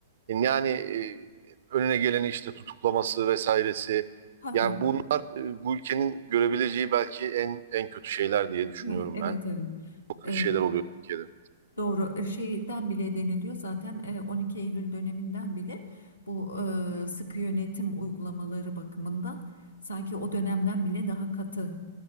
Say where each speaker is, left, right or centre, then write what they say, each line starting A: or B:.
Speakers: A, on the right; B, on the left.
A: yani e, önüne geleni işte tutuklaması vesairesi.
B: Hı hı.
A: Yani bunlar e, bu ülkenin görebileceği belki en en kötü şeyler diye düşünüyorum
B: Ne- Evet,
A: ben.
B: evet.
A: Çok kötü
B: Ee,
A: şeyler oluyor Türkiye'de.
B: doğru. E, Şeyden bile deniliyor zaten e, 12 Eylül döneminden bile bu e, sıkı yönetim uygulamaları bakımından sanki o dönemden bile daha katı